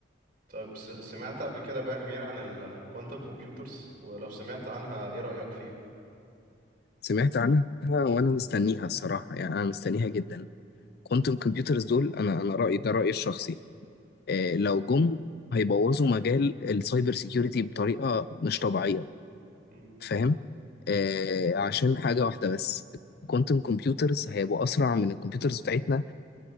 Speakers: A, on the right; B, on the left.
A: طيب س- سمعت قبل كده بقى يا امير عن ال- الكوانتم كمبيوترز ولو سمعت عنها ايه رأيك فيهم
B: سمعت عنها وانا مستنيها الصراحه يعني انا مستنيها جدا كوانتم كمبيوترز دول انا انا رايي ده رايي الشخصي آه، لو جم هيبوظوا مجال السايبر سيكيورتي بطريقة مش طبيعية
A: امم
B: فاهم آه عشان حاجة واحدة بس الكوانتم كمبيوترز هيبقوا أسرع من الكمبيوترز بتاعتنا